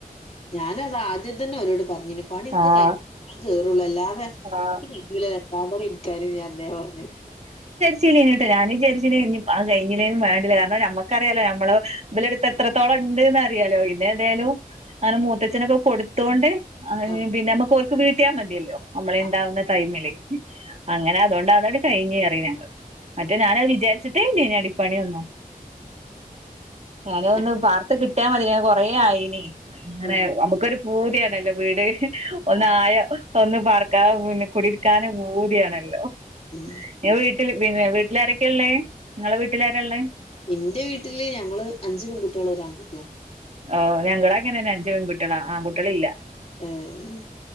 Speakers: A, on the left; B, on the right.
A: ഞാന് അത് ആദ്യം തന്നെ അവരോട് പറഞ്ഞിനു പണിയൊക്കെ
B: ആഹ്
A: കഴിഞ്ഞിട്ടെ ഞാൻ കേറുള്ളു അല്ലാതെ.
B: ആഹ്
A: <unintelligible> അത രല്ലാ ഇനിക്കാര് ഞാൻ അന്നേ പറഞ്ഞ <inaudible>
B: ശെരിയാണേട്ടാ ഞൻ <unintelligible> വിചാരിച്ച ആ <unintelligible> കഴഞ്ഞേും വേണ്ടില്ല കാരണം നമ്മുക്കറിയല്ലോ നമ്മള് ഇലെടുത്ത് എത്രത്തോളം ഉണ്ട്ന്ന് അറിയാലോ ഇന്നെതായാലും അങ്ങനെ മൂത്തച്ഛനൊക്കെ കൊടുത്തോണ്ട്. ആഹ്ഹ്
A: ആഹ്
B: പിന്നെ നമ്മുക്ക്ഓൾക്ക് വീട്ടിയാൻ മതിയല്ലോ നമ്മളെ
A: ആഹ്
B: ഉണ്ടാവുന്ന ടൈമില് അങ്ങനെ. അതുകൊണ്ട് അതട് കഴിഞ്ഞുകേറി ഞങ്ങൾ മറ്റേ ഞാനഅത് വിചാരിച്ചിട്ടേ ഇല്ല ഇനി അടിപ്പണി ഒന്നും. നേരെ
A: ഞങ്ങള്
B: ഒന്ന് പാർത്ത്
A: പിന്നെ
B: കിട്ടിയാ മതി. <unintelligible> കൊറെയായിനി അങ്ങനെ
A: ഉം
B: നമുക്കൊരു പൂതിയാണല്ലോ വീട് ഒന്ന്
A: ആഹ്
B: ആയ ഒന്ന്. പാർക്കാ പിന്നെ കുടിരിക്കാനും പൂതിയാണല്ലോ
A: ഉം
B: ഞ വീട്ടില്. പിന്നെ വീട്ടിലാരാക്കെ ഉള്ളേ നിങ്ങളെ വീട്ടിലാരള്ളേ.
A: എന്റെ വീട്ടില് ഞങ്ങള് അഞ്ചു പെൺകുട്ടികള് ഒര് ആൺകുട്ടിയാ.
B: ഓഹ് ഞങ്ങള് അങ്ങനന്നെ അഞ്ച് പെൺകുട്ടികള് ആൺകട്ടികള് ഇല്ല.
A: ഏഹ്ഹ്.